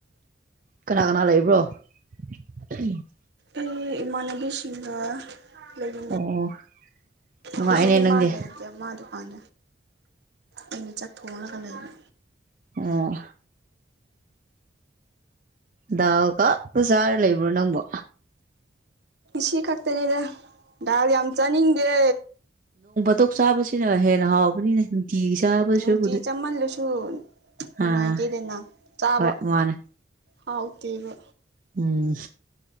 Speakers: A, on the right; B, on the right.
A: ꯀꯅꯥ ꯀꯅꯥ ꯂꯩꯕ꯭ꯔꯣ <unintelligible>
B: ꯑꯩ ꯏꯃꯅꯒꯤ ꯁꯤꯁꯤꯡꯒ ꯂꯩꯗ
A: ꯑꯣ ꯅꯨꯡꯉꯥꯏꯅꯦ
B: ꯍꯧꯖꯤꯗꯤꯃꯥꯟ
A: ꯅꯪꯗꯤ
B: ꯂꯩꯗ ꯃꯥ ꯗꯨꯀꯥꯟ ꯑꯩꯅ ꯆꯠꯊꯣꯛꯅꯒ ꯂꯩꯅꯤ
A: ꯑꯣ ꯗꯥꯎꯒ ꯖꯥꯔ ꯂꯩꯕ꯭ꯔꯣ ꯅꯪꯕꯨ
B: ꯁꯤꯈꯥꯛꯇꯅꯦꯗ ꯗꯜ ꯌꯥꯝ ꯆꯥꯅꯤꯡꯗꯦ
A: ꯇꯣꯛ ꯆꯥꯕꯁꯤꯅ ꯍꯦꯟꯅ ꯍꯥꯎꯕꯅꯤꯅꯦ ꯅꯨꯡꯇꯤꯒꯤ ꯆꯥꯕ
B: ꯎꯝ ꯅꯨꯡꯇꯤ
A: ꯁꯔꯨꯛꯄꯨꯗꯤ
B: ꯆꯃꯜꯂꯁꯨ ꯅꯨꯡꯉꯥꯏꯇꯦꯗꯅ
A: ꯑꯥ
B: ꯆꯥꯕ
A: ꯍꯣꯏ ꯃꯥꯅꯦ
B: ꯍꯥꯎ ꯇꯕ
A: ꯎꯝ